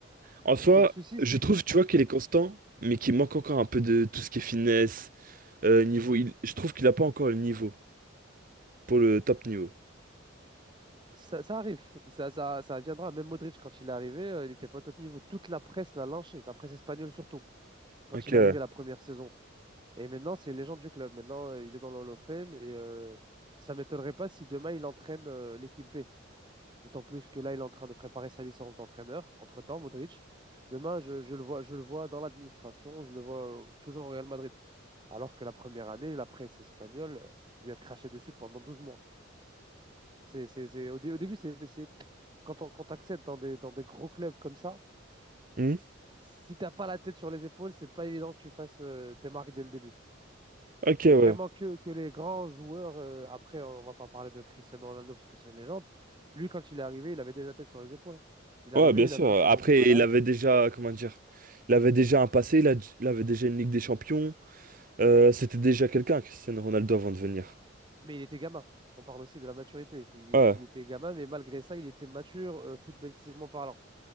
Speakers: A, on the right (about 45°); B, on the right (about 25°).
A: En
B: Parce
A: soi,
B: que le souci,
A: je
B: c'est...
A: trouve, tu vois, qu'il
B: Oui,
A: est constant, mais qu'il manque encore un peu de tout ce qui est finesse Euh, niveau, il- je trouve qu'il a pas encore le niveau pour le top niveau.
B: ça, ça arrive, ça, ça, ça viendra. Même Modric, quand il est arrivé, euh, il était pas au top niveau. Toute la presse l'a lynché, la presse espagnole surtout, quand
A: Ok,
B: il
A: ouais.
B: est arrivé la première saison. Et maintenant, c'est une légende du club. Maintenant, euh, il est dans le Hall of Fame et euh, ça m'étonnerait pas si demain, il entraîne euh, l'équipe B. D'autant plus que là, il est en train de préparer sa licence d'entraîneur. Entre-temps, Modric, demain, je, je le vois, je le vois dans l'administration, je le vois euh, toujours au Real Madrid. Alors que la première année, la presse espagnole euh, lui a craché dessus pendant 12 mois. C'est, c'est, c'est- au, dé- au début, c'est, c'est- quand on, quand t'accèdes dans des, dans des gros clubs comme ça,
A: Hmm
B: si t'as pas la tête sur les épaules, c'est pas évident que tu fasses euh, tes marques dès le début.
A: Ok,
B: C'est vraiment
A: ouais.
B: que, que les grands joueurs. euh, après, on va pas parler de Cristiano Ronaldo parce que c'est une légende. Lui, quand il est arrivé, il avait déjà la tête sur les épaules. hein. Il est
A: Ouais,
B: arrivé,
A: bien
B: il
A: sûr.
B: a fait une saison
A: Après,
B: de malade.
A: il avait déjà, comment dire, il avait déjà un passé, il, a- il avait déjà une Ligue des Champions. Euh, c'était déjà quelqu'un, Cristiano Ronaldo, avant de venir.
B: Mais il était gamin. On parle aussi de la maturité. Il,
A: Ouais,
B: il était gamin, mais malgré ça, il était mature, euh, footballistiquement parlant.